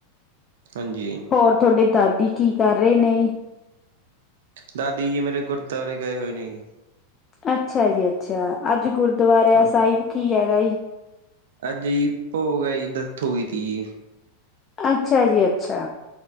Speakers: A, on the right; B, on the left.
A: ਹਾਂਜੀ।
B: ਹੋਰ ਤੁਹਾਡੇ ਦਾਦੀ ਕੀ ਕਰ ਰਹੇ ਨੇ?
A: ਦਾਦੀ ਜੀ ਮੇਰੇ ਗੁਰਦੁਆਰੇ ਗਏ ਹੋਏ ਨੇ ਜੀ-
B: ਅੱਛਾ ਜੀ-ਅੱਛਾ ਅੱਜ ਗੁਰਦੁਆਰਿਆ
A: ਹਾਂਜੀ।
B: ਸਾਹਿਬ ਕੀ ਹੈਗਾ ਹੈਈ?
A: ਅੱਜ ਜੀ ਭੋਗ ਈ ਡੈਥ ਹੋ ਗਈ ਥੀ।
B: ਅੱਛਾ ਜੀ-ਅੱਛਾ।